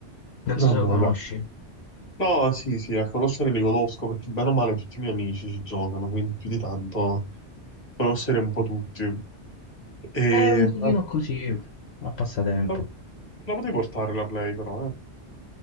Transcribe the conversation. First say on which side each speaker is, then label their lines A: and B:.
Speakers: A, on the left; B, on the left.
A: Non
B: No,
A: so se
B: no,
A: lo conosci.
B: no. No, sì, sì, a conoscere li conosco perché bene o male tutti i miei amici ci giocano, quindi più di tanto conoscere un po' tutti. E,
A: È un giochino
B: vabbè,
A: così, a passatempo.
B: La, te la potevi portare la Play però, eh.